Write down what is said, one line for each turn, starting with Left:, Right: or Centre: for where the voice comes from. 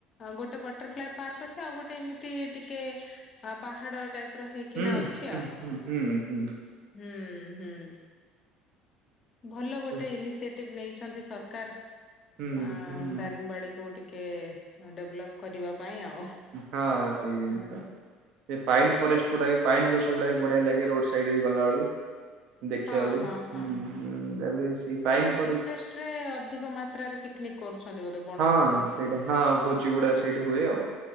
Left: ଗୋଟେ ବଟରଫ୍ଲାଏ ପାର୍କ ଅଛି ଆଉ ଗୋଟେ ଏମିତି ଟିକେ ଆ ପାହାଡ ଟାଇପ ର। ର ହେଇକିନା
Right: ହୁଁ
Left: ଅଛି
Right: ହୁଁ
Left: ଆଉ
Right: ହୁଁ ହୁଁ ହୁଁ
Left: ହୁଁ ହୁଁ। ଭଲ ଗୋଟେ
Right: ହୁଁ।
Left: ଇନିସିଏଟିଭ ନେଇଛନ୍ତି ସରକାର
Right: ହୁଁ
Left: ଆ ଦାରିଙ୍ଗବାଡି କୁ ଟିକ କେ ଡେଭଲପ୍ କରିବା ପାଇଁ ଆଉ।
Right: ହଁ ସେଇ ଜିନିଷ।
Left: ହୁଁ
Right: ସେ ପାଇନ ଫରେଷ୍ଟ ଗୁଡା ପାଇନ ଗଛ ଗୁଡା ବି ବଢିଆ ଲାଗେ ରୋଡ ସାଇଡରେ ବି ଗଲା ବେଳକୁ। ଦେଖିବାକୁ
Left: ହଁ ହଁ ହଁ
Right: ହୁଁ ତାପରେ ସେ ପାଇନ ଫ
Left: ରେ ଅଧିକ ମାତ୍ରାରେ ପି ୟୁନିକ କରୁଛନ୍ତି ବୋଧେ ବୁ।
Right: ହଁ ସେଇଟା ହଁ ଭୋଜି ଗୁଡା ସେଇଠି ହୁଏ ଆଉ